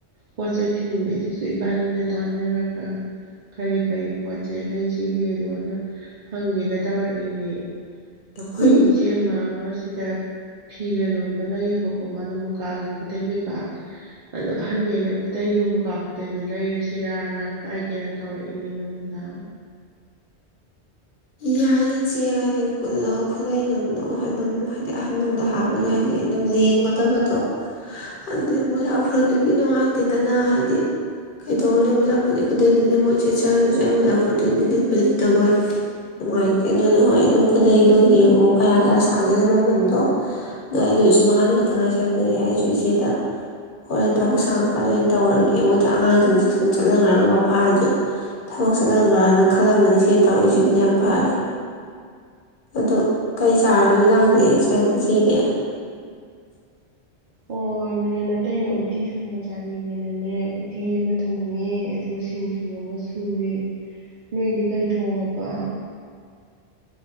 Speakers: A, on the right (about 50°); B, on the left (about 50°).
A: ꯄꯆꯥꯏ ꯊꯅ ꯩꯗꯤꯁꯦ ꯄꯅꯤꯗ ꯇꯥꯟꯅꯔꯒ ꯀꯔꯤ ꯀꯔꯤ ꯄꯣꯠ ꯆꯩꯩ ꯂꯩꯁꯤꯒꯦ ꯑꯗꯨꯣ ꯍꯪꯒꯦꯅ ꯇꯧꯔꯛꯏꯅꯦ ꯑꯩꯈꯣꯏ
B: ꯍꯣꯏ
A: ꯏꯆꯦ ꯃꯥ ꯑꯃ ꯁꯤꯗ ꯐꯤ ꯂꯂꯣꯟꯕ ꯂꯩꯌꯦꯕꯀꯣ ꯃꯥꯗ ꯃꯨꯀꯥꯒꯤꯩ ꯈꯨꯗꯩ ꯀꯩꯀꯥ ꯑꯗꯣ ꯑꯍꯟꯈꯩꯅ ꯈꯨꯗꯗꯣ ꯃꯨꯀꯥ ꯑꯗꯨꯗꯏꯗꯨ ꯂꯩꯔꯁꯤꯔꯅ ꯍꯥꯏꯒꯦꯅ ꯇꯧꯔꯛꯏꯅꯦ ꯅꯉꯣꯟꯗ
B: ꯌꯥꯏꯁꯦ ꯀꯗꯤ ꯈꯨ ꯈꯨꯗꯩꯅꯨꯡꯗꯣ ꯑꯗꯨꯝ ꯍꯥꯏꯗꯤ ꯑꯍꯟꯅꯨꯡꯗꯣ ꯍꯥꯕꯁꯨ ꯍꯥꯏꯗꯤ ꯑꯗꯨꯝ ꯂꯦꯡꯒꯗꯕꯗꯣ ꯑꯗꯨ ꯃꯣꯖꯥ ꯐꯨꯔꯤꯠꯇꯨꯗꯤ ꯅꯨꯡꯉꯥꯏꯇꯦꯗꯅ ꯍꯥꯏꯗꯤ ꯀꯩꯗꯧꯔꯅꯤ ꯃꯣꯖꯥ ꯐꯨꯔꯤꯠꯇ ꯈꯨꯗꯩꯗꯨꯗꯤ ꯃꯣꯏ ꯆꯦꯠꯆꯔꯁꯨ ꯌꯥ ꯃꯣꯖꯥ ꯐꯨꯔꯤꯠꯇꯨꯗꯤ ꯂꯤ ꯄꯜꯂꯤ ꯑꯗꯨꯕꯨꯣꯏ ꯅꯨꯡꯉꯥꯏꯇꯦ ꯑꯗꯨꯅ ꯍꯣꯏ ꯑꯗꯨꯝ ꯈꯨꯗꯩꯗꯣ ꯌꯦꯡꯉꯣ ꯀꯌꯥ ꯀꯌꯥ ꯁꯥꯗꯣꯏꯅꯣ ꯃꯃꯟꯗꯣ ꯅ ꯅꯨꯃꯤꯠꯁꯨ ꯃꯉꯥ ꯈꯛꯇꯉꯥꯏꯁꯦ ꯈꯟꯈ꯭ꯔꯦ ꯑꯩꯁꯨ ꯏꯆꯦꯗ ꯍꯣꯔꯦꯟ ꯊꯕꯛ ꯁꯪꯉꯀꯥꯟꯗ ꯑꯣꯏꯅ ꯇꯧꯔꯒꯦ ꯃꯣꯏꯗ ꯑꯉꯥꯡꯁꯤꯡꯁꯦ ꯁ꯭ꯀꯨꯜ ꯆꯠꯍꯟꯈ꯭ꯔꯒ ꯃꯄꯥꯅꯁꯨ ꯊꯕꯛ ꯆꯠꯍꯟꯈ꯭ꯔꯅ ꯈꯜꯂꯝꯕꯅꯤ ꯆꯦꯟ ꯇꯧꯔꯛꯏꯁꯤꯕꯨꯗꯤ ꯌꯥꯝ ꯐꯔꯦ ꯑꯣ ꯀꯩ ꯆꯥꯔꯕ ꯆꯥꯡꯁꯦ ꯁꯤꯗꯤ <inaudible>
A: ꯑꯣ ꯅꯦꯅ ꯑꯇꯩꯩꯅ ꯎꯇꯤ ꯊꯣꯡꯕ ꯆꯥꯅꯤꯡꯉꯦꯅꯅꯦ ꯎꯠꯇꯤ ꯑꯃ ꯊꯣꯡꯉꯦ ꯑꯗꯨꯒ ꯁꯤꯡꯖꯨ ꯑꯃ ꯁꯨꯔꯦ ꯅꯣꯏꯗꯤ ꯀꯩ ꯊꯣꯡꯒ ꯄ